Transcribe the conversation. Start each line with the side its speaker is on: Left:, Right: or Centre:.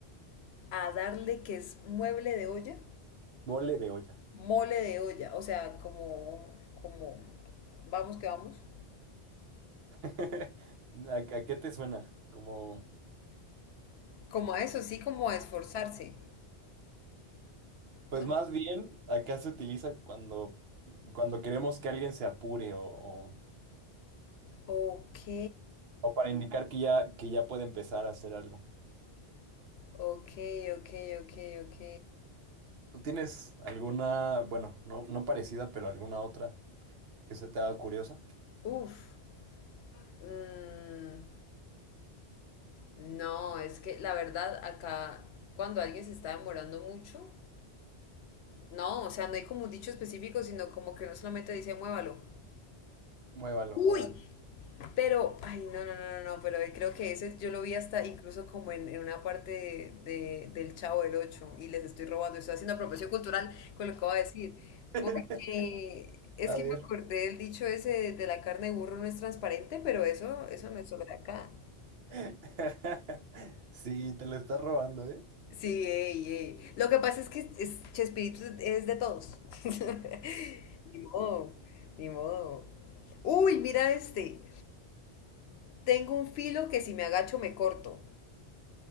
Left: A darle que es mueble de olla,
Right: Mole de olla.
Left: mole de olla, o sea, como, como, vamos que vamos.
Right: <laughs> ¿A, a qué te suena? Como,
Left: Como a eso, sí, como a esforzarse,
Right: pues
Left: ¿no?
Right: más bien acá se utiliza cuando, cuando queremos que alguien se apure o, o-
Left: Ok,
Right: o para indicar que ya, que ya puede empezar a hacer algo.
Left: ok, ok, ok, ok.
Right: ¿Tú tienes alguna, bueno, no, no parecida, pero alguna otra que se te haga curiosa?
Left: Uf, mm, no, es que la verdad acá, cuando alguien se está demorando mucho, No, o sea, no hay como un dicho específico, sino como que uno solamente dice muévalo.
Right: Muévalo,
Left: ¡Uy!
Right: muévalo.
Left: Pero, ay, no, no, no, no, no, pero creo que ese yo lo vi hasta incluso como en, en una parte de, del Chavo del Ocho y les estoy robando, estoy haciendo apropiación cultural con lo que voy a decir,
Right: <laughs>
Left: porque es
Right: A
Left: que
Right: ver.
Left: me acordé del dicho ese de, de la carne de burro no es transparente, pero eso, eso no es solo de acá.
Right: <laughs> Sí, te lo estás robando, ¿eh?
Left: Sí, ey, ey. Lo que pasa es que es, Chespirito es de todos. <laughs> Ni modo, ni modo. Uy, mira este. Tengo un filo que si me agacho me corto.